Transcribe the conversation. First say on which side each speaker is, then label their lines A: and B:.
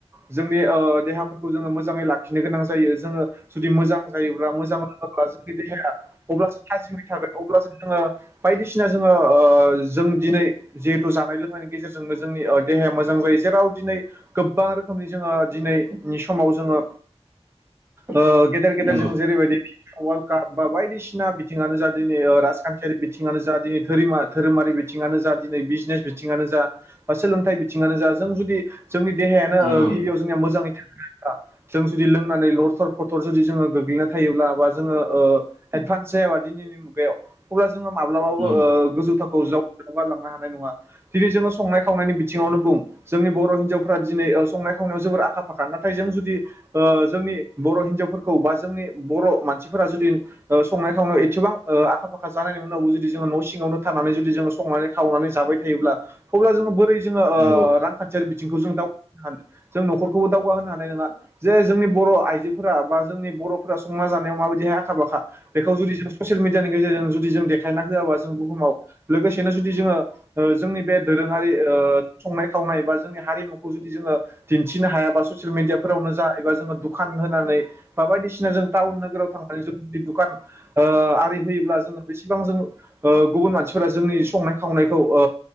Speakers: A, on the right; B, on the right.
A: जोंनि ओ देहाफोरखौ जोङो मोजाङै लाखिनो गोनां जायो जोङो जुदि मोजां जायोब्ला मोजां बा जोंनि देहाया अब्लासो थाजिमै थागोन अब्लासो जोङो बायदिसिना जोङो ओ जों दिनै जिहेथु जानाय लोंनायनि गेजेरजोंनो जोंनि देहाया मोजां जायो जेराव दिनै गोबां रोखोमनि जोङो दिनै नि समाव जोङो ओ गेदेर गेदेर
B: नंगौ
A: जों जेरैबायदि वर्ल्ड काप बा बायदिसिना बिथिङानो जा दिनै राजखान्थियारि बिथिङानो जा दिनै धोरिमा धोरोमारि बि थिङानो जा दिनै बिजनेस बिथिङनो जा बा सोलोंथाइ बिथिङनो जा जों जुदि जोंनि देहायानो
B: नंगौ
A: ओ गिबियाव जोंना मोजाङै था <unintelligible> जों जुदि लोंनानै लरथर फरथर जुदि जोङो गोग्लैना थायोब्ला बा जोङो ओ एडभान्स जायाबा दिनैनि मुगायाव अब्ला जोङो माब्लाबाबो
B: नंगौ
A: गोजौ थाखोआव जौ गालांनो हानाय नङा दिनै जोङो संनाय खावनायनि बिथिङावनो बुं जोंनि बर' हिनजाव फोरा दिनै संनाय खावनायाव जोबोर आखा फाखा नाथाय जों जुदि ओ जोंनि बर' हिनजावफोरखौ बा जोंनि बर' मानसिफोरा जुदि संनाय खावनाय एसेबां आखा फाखा जानायनि उनावबो जुदि जोङो न' सिङावनो थानानै जुदि जों संनानै खावनानै जाबाय थायोब्ला अब्ला जोङो बोरै जोङो ओ
B: नंगौ
A: रांखान्थियारि बि थिंखौ जों दावगाहोनो हानो जों न'खरखौबो दावगा होनो हानाय नङा जे जोंनि बर' आइजोफोरा बा जोंनि बर'फोरा संना जानायाव माबायदिहाय आखा फाखा बेखौ जुदि जों ससियेल मेडियानि गेजेरजों जुदि जों देखायना होआबा जों बुहुमाव लोगोसेनो जुदि जोङो ओ जोंनि बे दोरोङारि ओ संनाय खावनाय बा जोंनि हारिममखौ जुदि जोङो दिनथिनो हायाबा ससियेल मेदियाफोरावनो जा एबा जोङो दुखान होनानै बा बायदिसिना जों टाउन नोगोराव थांनानै जों ज दुखान आरि होयोब्ला जोङो बेसेबां जों ओ गुबुन मानसिफोरा जोंनि संनाय खावनायखौ ओ